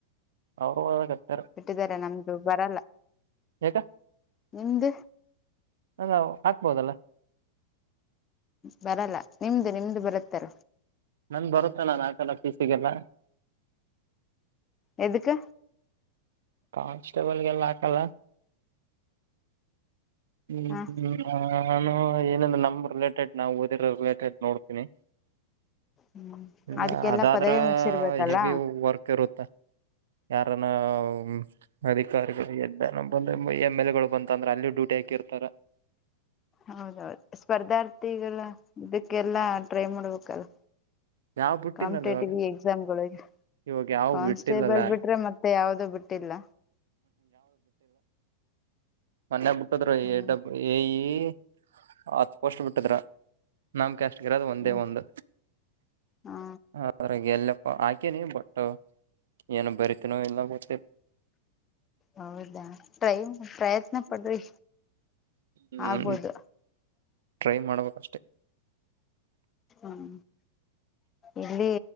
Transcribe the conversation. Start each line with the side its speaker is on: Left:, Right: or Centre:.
Right: ಅವರು ಓದಕತ್ತಾರ
Left: ಬಿಟ್ಟಿದಿದ್ದಾರೆ ನಮ್ದು ಬರಲ್ಲ
Right: ಯಾಕ
Left: ನಿಮ್ದು.
Right: ಅ ನಾವು ಹಾಕ್ಬೋದಲ್ಲ.
Left: ಬರಲ್ಲ. ನಿಮ್ದು ನಿಮ್ದು ಬರುತ್ತಾರ.
Right: ನಂದ ಬರುತ್ತ ನಾನ್ ಆಕಲ್ಲ ಪೀಸಿಗೆಲ್ಲ.
Left: ಎದುಕ್ಕ.
Right: ಕಾನ್ಸ್ಟೇಬಲ್ಗೆಲ್ಲ ಹಾಕಲ್ಲ. ಹ್ಮ್
Left: ಹ
Right: ಹ್ಮ್ಮ ಹ. ನಾನು ಏನಂದ್ರ ನಮ ರಿಲೇಟೆಡ್ ನಾವು ಓದಿರೋ ರಿಲೇಟೆಡ್ ನೋಡ್ತೀನಿ
Left: ಹ್ಮ್
Right: ಇಲ್ಲ
Left: ಅದಕ್ಕೆಲ್ಲಾ
Right: ಅದಾದ್ರ
Left: ಪದವಿ ಮುಗಸಿರ್ಬೇಕಲ್ಲ
Right: ಹೆವಿ ವರ್ಕ್ ಇರುತ್ತೆ ಯಾರಾನ ಹ್ಮ್ ಅಧಿಕಾರಿಗಳು ಎದ್ದ ಬಂದ ಎಮ್ ಎಲ್ ಎ ಗಳು ಬಂತ ಅಂದ್ರ ಅಲ್ಲಿ ಡ್ಯೂಟಿ ಹಾಕಿರ್ತಾರ
Left: ಹೌದೌದು ಸ್ಪರ್ಧಾರ್ತಿಗಳ ಇದಕ್ಕೆಲ್ಲಾ ಟ್ರೈ ಮಾಡ್ಬೇಕಲ್ಲ
Right: ಯಾವ್ ಬಿಟ್ಟಿಲ್ಲಲ್ಲ
Left: ಕಾಂಪಿಟೇಟಿವ್
Right: ಇವಾಗ
Left: ಎಕ್ಸಾಮ್ಗಳಿಗೆ
Right: ಇವಾಗ ಯಾವ
Left: ಕಾನ್ಸ್ಟೇಬಲ್
Right: ಬಿಟ್ಟಿಲ್ಲಲ್ಲ
Left: ಬಿಟ್ರೆ ಮತ್ತ <unintelligible> ಯಾವುದೂ ಬಿಟ್ಟಿಲ್ಲ
Right: ಮನ್ನೆ ಬಿಟ್ಟದರು <unintelligible>
Left: ಹ್ಮ್
Right: ಎ ಈ <unintelligible> ಹತ್ತು ಪೋಸ್ಟ್ ಬಿಟ್ಟಿದ್ರು ನಮ್ಮ ಕ್ಯಾಸ್ಟ್ ಇರೋದು ಒಂದೇ
Left: ಹ್ಮ್
Right: ಒಂದು
Left: ಹಾ
Right: ಅತರ ಎಲ್ಲಪ್ಪ ಹಾಕಿ <unintelligible> ತಿನಿ ಬಟ್ ಏನ ಬರಿತೀನೋ ಇಲ್ಲ ಗೊತಿ
Left: ಹೌದಾ ಟ್ರೈ ಪ್ರಯತ್ನ ಪಡ್ರಿ
Right: ಹ್ಮ್
Left: ಆಗ್ಬೋದು
Right: ಟ್ರೈ ಮಾಡಬೇಕು
Left: ಹ್ಮ್ ಇಲ್ಲಿ